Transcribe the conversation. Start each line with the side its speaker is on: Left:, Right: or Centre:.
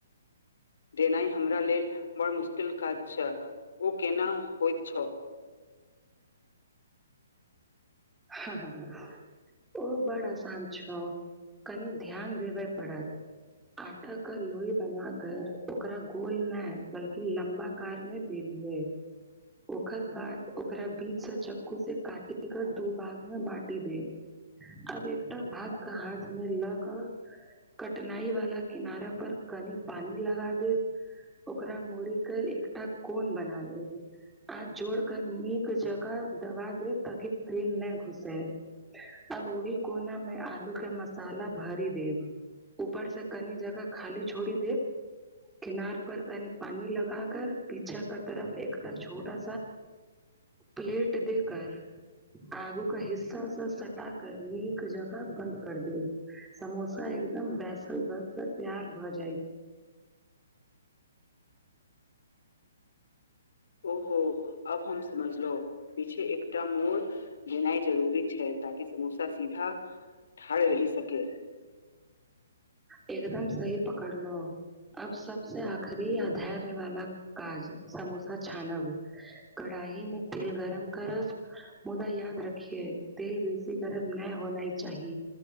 Left: देनाइ हमरा लेल बड़ मुश्किल काज छै ओ केना होइत छ
Centre: हँ <inaudible> ओ बड़ आसान छौ कनी ध्यान देबे पड़त आटा का लोई बना कर ओकरा गोल नय बल्कि लम्बा कार मे बेलु हय ओकर बाद ओकरा बीच से चक्कू से काटि कऽ तू भाग मे बाटी देब आब एकटा भाग के हाथ मे लऽ कऽ कठिनाइ वाला किनारे पर कनी पानी लगा देब ओकरा मोड़ी कऽ एकटा कोन बना लेब आ जोड़ कऽ नीक जकाँ दबा देब ताकि तेल नय घुसै अब ओहि कोना मे आलू के मसाला भरि देब ऊपर से कनी जगह खाली छोड़ी देब किनार पर कनी पानी लगा कर पीछा का तरफ एकटा छोटा प्लेट दे कर आगू का हिस्सा सँ सटा कर नीक जकाँ बन्द कर देब समोसा एकदम बैसल भर कऽ तैयार भऽ जायत
Left: ओहो अब हम समझलो पीछे एकटा मोड़ देनाइ जरूरी छै ताकि समोसा सीधा ठाढ़ रहि सके
Centre: एकदम सही पकड़लो अब सबसँ आखरी आ धैर्य वाला काज समोसा छानब कढ़ाहि मे तेल गरम करब मुदा याद रखिए तेल बेसी गरम नय होनाइ चाही